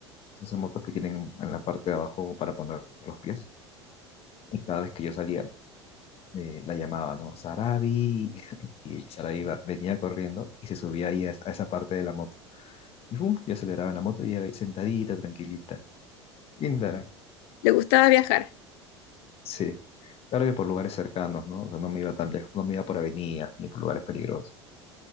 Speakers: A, on the left; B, on the left.
A: Esas motos que tienen en la parte de abajo para poner los pies. Y cada vez que yo salía, eh, la llamaba, ¿no? Sarabi. <laughs> Y Sarabi iba- venía corriendo y se subía ahí a, a esa parte de la moto. Y pum, yo aceleraba la moto y iba ahí sentadita, tranquilita. Linda, era,
B: ¿Le gustaba viajar?
A: sí. Claro que por lugares cercanos, ¿no? O sea, no me iba tan lejos, no me iba por avenidas ni por lugares peligrosos.